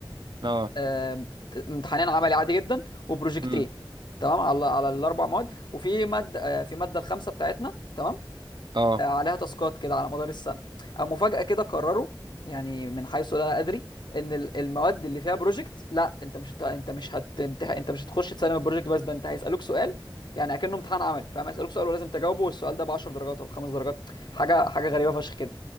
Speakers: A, on the right; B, on the left.
A: اه
B: آم، امتحانين عملي عادي جدا وبروجكتين
A: امم
B: تمام على على الاربع مواد وفي ماده آه، في ماده الخامسه بتاعتنا تمام
A: اه
B: آه، عليها تاسكات كده على مدار السنه او مفاجاه كده قرروا يعني من حيث لا ادري ان ال- المواد اللي فيها بروجكت لا انت مش هت- انت مش هتمتح... انت مش هتخش تسلم البروجكت بس ده انت هيسالوك سؤال يعني اكنه امتحان عملي فاهم هيسالوك سؤال ولازم تجاوبه والسؤال ده ب 10 درجات او 5 درجات حاجه حاجه غريبه فشخ كده